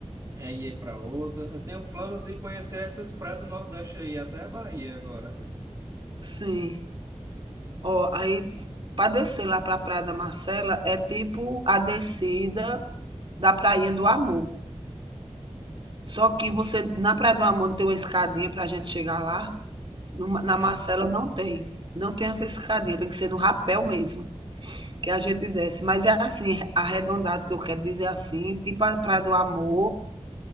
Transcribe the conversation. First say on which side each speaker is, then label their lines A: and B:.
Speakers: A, on the right; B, on the right.
A: é, ia para outra. Eu tenho planos de conhecer essas praias do Nordeste aí, até a Bahia agora.
B: Sim. Ó, aí para descer lá para a Praia da Marcela é tipo a descida da Prainha do Amor. Só que você na Praia do Amor não tem uma escadinha para a gente chegar lá. Numa- Na Marcela
A: É,
B: não tem. Não tem essa escadinha, tem que ser no rapel mesmo, que a gente desce. Mas é assim, arredondado, que eu quero dizer assim, tipo a Praia do Amor.